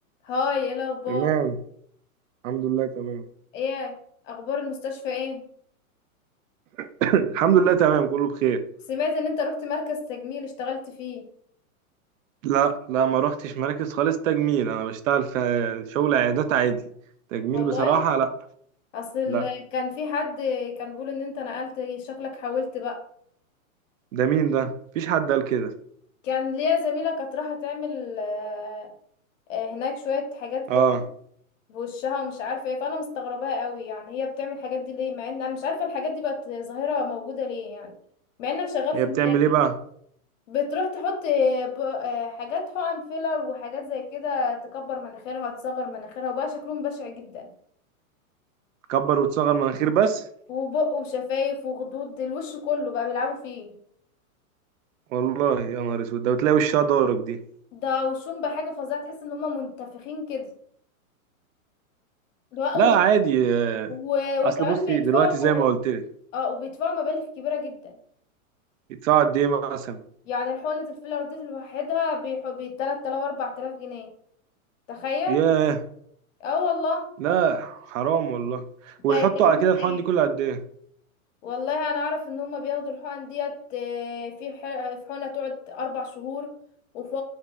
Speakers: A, on the left; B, on the right.
A: هاي ايه الاخبار
B: تمام الحمد لله تمام
A: ايه اخبار المستشفى ايه
B: <laughs> الحمد لله تمام كله بخير
A: سمعت ان انت رحت مركز تجميل اشتغلت فيه
B: لا لا ما روحتش مراكز خالص تجميل انا بشتغل في شغل عيادات عادي تجميل
A: والله
B: بصراحة لا
A: اصل ال-
B: لا
A: كان في حد كان بيقول ان انت نقلت شكلك حاولت بقى
B: ده مين ده مفيش حد قال كده
A: كان ليا زميلة كانت رايحة تعمل آه، آه، هناك شوية حاجات
B: اه
A: كده في وشها ومش عارفة ايه فانا مستغرباها قوي يعني هي بتعمل الحاجات دي ليه مع ان انا مش عارفة الحاجات دي بقت ظاهرة موجودة ليه يعني مع انك شغال
B: هي
A: في
B: بتعمل
A: المجال
B: ايه بقى
A: بتروح تحط ب- آه، حاجات حقن فيلر وحاجات زي كده تكبر مناخيرها تصغر مناخيرها وبقى شكلهم بشع جدا
B: كبر وتصغر مناخير بس
A: وبق وشفايف وخدود الوش كله بقى بيلعبوا فيه
B: والله يا نهار اسود ده وتلاقي وشها ضارب دي
A: ده وشهم بقى حاجة فظيعة تحس ان هما منتفخين كده ده
B: لا
A: وبت...
B: عادي آه.
A: و...
B: اصل
A: وكمان
B: بصي
A: بيدفعوا
B: دلوقتي زي ما قلت لك
A: اه وبيدفعوا مبالغ كبيرة جدا
B: يدفعوا قد ايه مثلا
A: يعني الحقنة الفيلر دي لوحدها بيح... بي 3000 4000 جنيه تخيل
B: ياه
A: اه والله
B: لا حرام والله
A: ده
B: ويحطوا
A: تجميل
B: على كده الحقن
A: ايه
B: دي كل قد ايه
A: والله انا اعرف ان هما بياخدوا الحقن ديت آه، في ح- في حقنه تقعد اربع شهور وفي